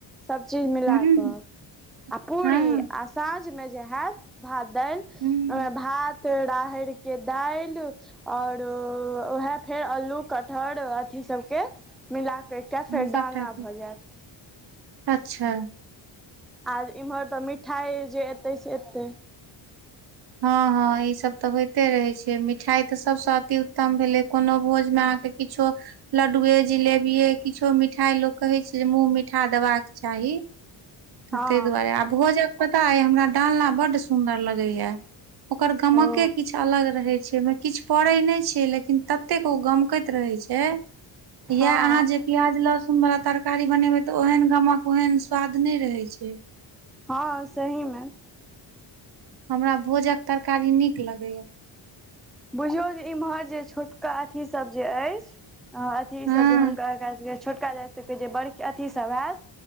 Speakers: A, in the centre; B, on the right.
A: सब चीज मिला
B: हूँ
A: क आ पूरी,
B: हँ
A: आ साँझमे जे हैत भात दालि,
B: हूँ
A: ओहिमे भात राहरिके दालि और वैह फेर अलू, कटहर अथि सबके मिलाके एकटा
B: हँ
A: फेर
B: सबटा
A: डालना
B: के
A: भ जायत
B: अच्छा।
A: आ इमहर त मिठाइ जे एतै से एतै
B: हँ हँ ई सब त होइते रहै छै मिठाई त सभसँ अति उत्तम भेलै कोनो भोजमे अहाँके किछो लड्डुए, जिलेबीए किछो मिठाई से लोक के कहै छै जे मुंह मिठा देबाक चाही।
A: हँ
B: तै दुआरे आ भोजक पता अइ हमरा डालना बड सुन्दर लगैए। ओकर गमके
A: ओ
B: किछु अलग रहै छै, किछु पड़ै नहि छै लेकिन ततेक ओ गमकैत रहै छै। यैह
A: हँ
B: अहाँ जे प्याज लहसुन वला तरकारी बनेबै त ओहेन गमक ओहेन स्वाद नै रहै छै।
A: हँ सही में।
B: हमरा भोजक तरकारी नीक लागय य।
A: बुझियौ जे इम्हर जे छोटका अथी सभ जे अछि। ह अथीसभ
B: हँ
A: जे हुनका कएक छोटका जाति सभके जे बड़ अथी सभ हैत।